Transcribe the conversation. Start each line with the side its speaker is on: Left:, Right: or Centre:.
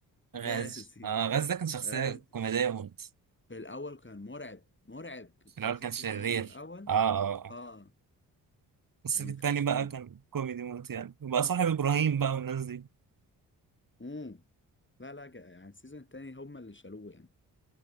Right: غاز
Left: غازي
Right: آه غاز ده كان شخصية
Left: غاز
Right: كوميدية موت
Left: في الاول كان مرعب مرعب انت
Right: في الأول
Left: لو شفته
Right: كان شرير
Left: في السيزون الاول
Right: آه آه آه.
Left: اه
Right: الصيف
Left: كان يتخاف
Right: التاني بقى
Left: منه
Right: كان كوميدي موت يعني وبقى صاحب إبراهيم بقى والناس دي
Left: امم لا لا جا- يعني السيزون التاني هما اللي شالوه يعني